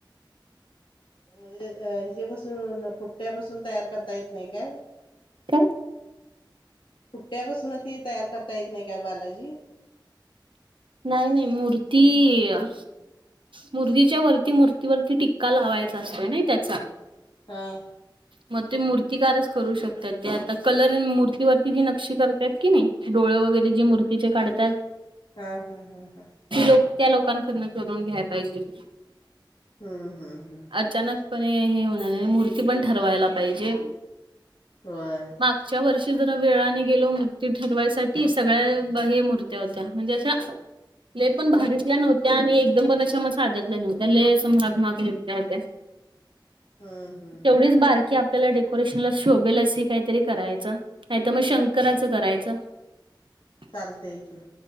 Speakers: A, on the left; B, on the right.
A: म्हणजे हजेपसून पुट्ट्यापसून तयार करता येत नाही काय.
B: काय.
A: पुठ्ट्यापसन ती तयार करता येत नाही काय बालाजी.
B: नाही नाही मूर्ती अं. मूर्तीच्या वरती मूर्तीवरती टिक्का लावायचा असतोय ना तेचा.
A: हां.
B: मग ते मूर्तिकारच करू शकतात. ते आता कलर मूर्तीवरती जी नक्षी करतात कणी. डोळं वगैरे जे मूर्तीचे काढतात.
A: हां हां हां हां.
B: ते लोक त्या लोकांकडन करून घ्याय पाहिजे ते.
A: हम्म हम्म हम्म.
B: अचानकपणे हे होणार नाही. मूर्ती पण ठरवायला पाहिजे.
A: व्हयं.
B: मागच्या वर्षी जरा वेळाने गेलो. मूर्ती ठरवायसाठी सगळ्या बा हे मूर्त्या होत्या म्हणजे अशा. लै भारीतल्या नव्हत्या. आणि एकदम पण अशा मग साध्यातल्या नव्हत्या. लै असं महाग महाग होत्या.
A: हम्म हम्.
B: तेवढीच बारकी आप आपल्याला डेकोरेशनला शोभेल अशी काहीतरी करायचं. नाही तर मग शंकराचं करायचं. <inaudible>
A: चालतेय की.